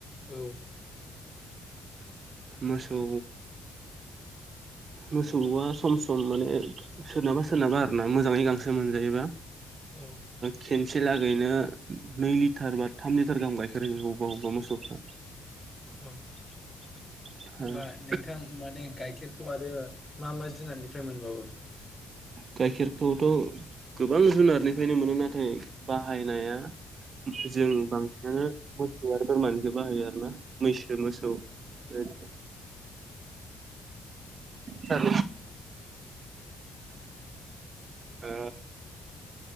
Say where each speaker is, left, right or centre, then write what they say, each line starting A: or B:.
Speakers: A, on the left; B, on the right.
A: औ
B: मोसौ मोसौआ सम सम माने सोरनाबा सोरनाबा आरोना मोजाङै गांसो मोनजायोबा
A: औ
B: खेनसे लागैनो नै लिटार बा थाम लिटार गाहाम गायखेर होयो अबेबा अबेबा मोसौफ्रा
A: होनबा
B: ओमफ्राय
A: नोंथां माने गाइखेर औ आरो मा मा जुनारनिफ्राय मोनबावो
B: गाइखेरखौथ' गोबां जुनारनिफ्रायनो मोनो नाथाय बाहायनाया जों बांसिनानो मोसौ आरो बोरमानिखौ बाहायो आरोना मैसो मोसौ द सार ओ